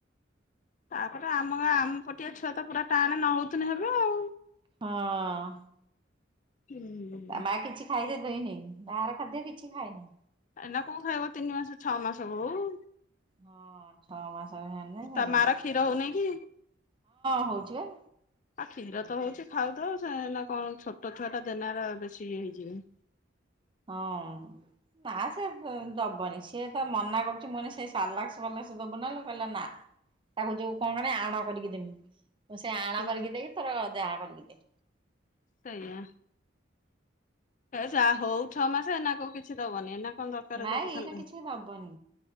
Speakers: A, on the left; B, on the right.
A: ତାପରେ ଆମ ଗାଁ ଆମ ପଟିଆ ଛୁଆ ତ ପୁରା ଟାଣେ ନ ହଉଥିଲେ ହେବେ ଆଉ।
B: ହଁ
A: ହୁଁ
B: ତା ମା କିଛି ଖାଇଲେ ଦିଏନି ବାହାର ଖାଦ୍ୟ କିଛି ଖାଇନି।
A: ଏନା କୋଉ ଖାଇବ ତିନି ମାସ ଛଅ ମାସ ହୋଉ।
B: ହଁ ଛଅ ମାସ ହେଲେ ହଁ
A: ତା ମାର କ୍ଷୀର ହଉନି କି?
B: ହଉଛି ପା
A: ଆଉ କ୍ଷୀର ତ ହଉଛି ଖାଉ ତ ସେ ନା କଣ ଛୋଟ ଛୁଆ ଟା ଦେନ ବେଶୀ ଇଏ ହେଇଯିବ।
B: ହଁ ନା ସେ ଦବନି ସିଏ ତ ମନା କରୁଛି ମୁଁ ଏଇନେ ସେ ସାଲାସଲାସ ଦବୁ ନା। କହିଲା ନା ତାକୁ ଯୋଉ କଣ କ ଆଣ କରିକି ଦେମି। ମୁଁ ସେ ଆଣ
A: ହୁଁ
B: କରିକି ଦେଇକି ତୋର ଯାହା କରିକି ଦେ।
A: ସେଇଆ ଯ ହଉ ଛଅ ମାସ ଏନା କଉ କିଛି ଦବନି ଏନା କଣ ଦରକାର।
B: ନାଇଁ
A: ଦବ ଖାଲି
B: ଏଇନା
A: ଧାନ
B: କିଛି ଦବନି